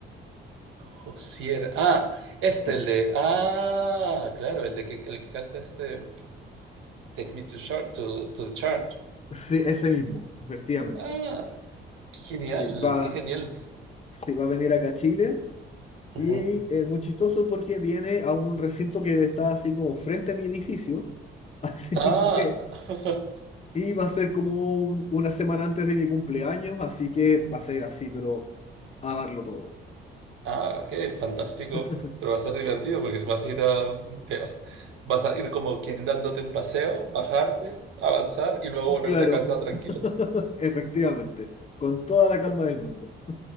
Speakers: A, on the right (about 80°); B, on the left (about 35°).
A: Josier. Ah, este,
B: Josier.
A: el de. Ah, claro, el de que el que canta este Take Me to Short to, to the Church.
B: Sí, ese mismo, efectivamente.
A: Ah, qué genial,
B: Sí, va,
A: qué genial.
B: sí, va a venir acá a Chile
A: Ujú.
B: y eh, muy chistoso porque viene a un recinto que está así como frente a mi edificio. <laughs> Así
A: Ah,
B: que,
A: <laughs>
B: y va a ser como un- una semana antes de mi cumpleaños, así que va a ser así, pero a darlo todo.
A: ah, qué fantástico.
B: <laughs>
A: Pero va a ser divertido porque vas a ir a, te vas, vas a ir como quien dándote un paseo, bajarte, avanzar y luego volverte
B: Claro.
A: a casa tranquilo.
B: Efectivamente, con toda la calma del mundo.